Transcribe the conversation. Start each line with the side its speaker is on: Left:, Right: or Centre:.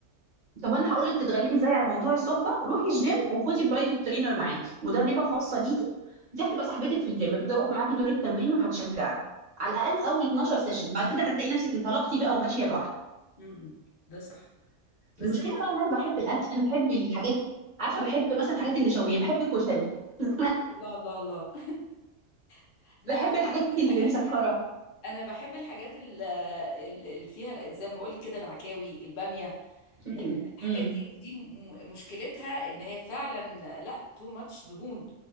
Right: طب انا هقول لك تتغلبي ازاي على موضوع الصحبه روحي الجيم وخدي برايفت ترينر معاكي مدربه خاصه ليكي دي هتبقى صاحبتك في الجيم هتفضل واقفه معاكي طول التمرين وهتشجعك على
Left: مم.
Right: الاقل اول 12 سيشن بعد كده هتلاقي نفسك انطلقتي بقى وماشيه لوحدك
Left: مم. ده صح بس
Right: المشكله
Left: احنا
Right: بقى ان
Left: برضو
Right: انا بحب الاكل انا بحب الحاجات عارفه بحب مثلا حاجات النشويات بحب الكشري <laughs> انا
Left: الله الله الله <laughs> لا
Right: بحب
Left: انا
Right: الحاجات
Left: بحب الحاجات
Right: اللي مسكره
Left: اللي انا بحب الحاجات ال- اللي اللي فيها زي ما بقول لك كده العكاوي الباميه
Right: <laughs>
Left: آه،
Right: امم
Left: الحاجات
Right: امم
Left: دي ودي م- مشكلتها ان هي فعلا آه، لا تو ماتش دهون